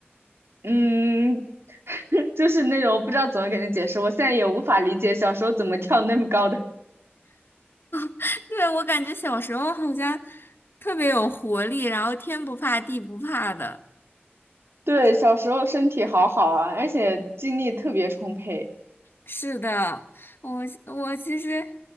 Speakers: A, on the right (about 75°); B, on the left (about 60°).
A: 嗯，<laughs> 就是那种我不知道怎么给你解释，我现在也无法理解小时候怎么跳那么高的。
B: <laughs> 对，我感觉小时候好像特别有活力，然后天不怕地不怕的。
A: <laughs> 对，小时候身体好好啊，而且精力特别充沛。
B: 是的，我我其实，